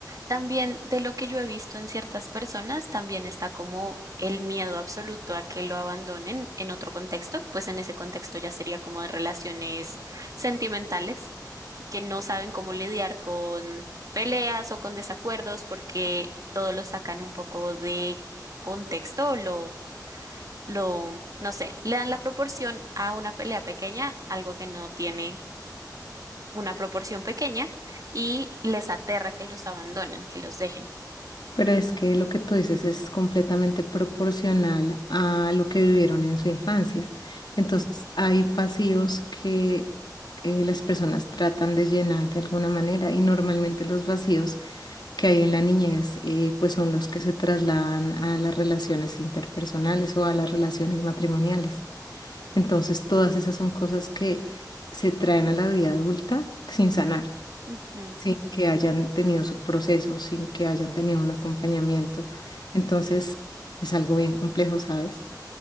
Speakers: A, on the right (about 55°); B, on the left (about 80°).
A: También de lo que yo he visto en ciertas personas, también está como el miedo absoluto a que lo abandonen en otro contexto, pues en ese contexto ya sería como de relaciones sentimentales, que no saben cómo lidiar con peleas o con desacuerdos porque todo lo sacan un poco de contexto, o lo, lo, no sé, le dan la proporción a una pelea pequeña, algo que no tiene una proporción pequeña, y les aterra que los abandonen, que los dejen.
B: Pero es que lo que tú dices es completamente proporcional a lo que vivieron en su infancia. Entonces, hay vacíos que eh, las personas tratan de llenar de alguna manera y normalmente los vacíos que hay en la niñez eh, pues son los que se trasladan a las relaciones interpersonales o a las relaciones matrimoniales. Entonces, todas esas son cosas que se traen a la vida adulta sin sanar
A: Ujú.
B: sin que hayan tenido su proceso, sin que hayan tenido un acompañamiento. Entonces, es algo bien complejo, ¿sabes?